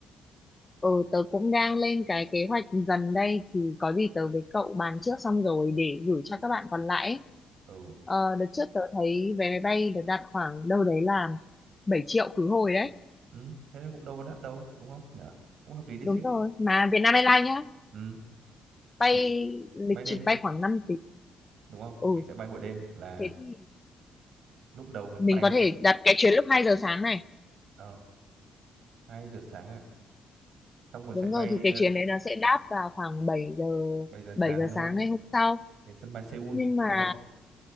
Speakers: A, on the left; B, on the right.
A: Ừ, tớ cũng đang lên cái kế hoạch dần đây thì có gì tớ với cậu bàn trước xong rồi để gửi cho các bạn còn lại ấy.
B: Ừ.
A: Ờ, đợt trước tớ thấy vé máy bay được đặt khoảng đâu đấy là 7 triệu khứ hồi đấy.
B: Ừ, thế nên cũng đâu có đắt đâu, đúng không nhỉ? Cũng hợp lý đấy
A: Đúng
B: chứ.
A: rồi, mà Vietnam Airlines nhá,
B: Ừ,
A: bay
B: chỉ
A: lịch
B: bay đêm
A: trình bay khoảng 5 tiếng.
B: đúng không?
A: Ừ,
B: Mình sẽ bay buổi đêm là
A: thế thì
B: lúc đầu mình
A: mình
B: bay
A: có thể đặt cái chuyến lúc 2 giờ sáng này.
B: ờ 2 giờ sáng à. Xong rồi
A: Đúng
B: sẽ bay
A: rồi, thì cái
B: ờ,
A: chuyến đấy nó sẽ đáp vào khoảng bảy giờ
B: 7 giờ
A: bảy
B: sáng
A: giờ
B: đúng
A: sáng
B: không?
A: ngày hôm sau.
B: Đến sân bay Seoul
A: Nhưng mà
B: đúng không?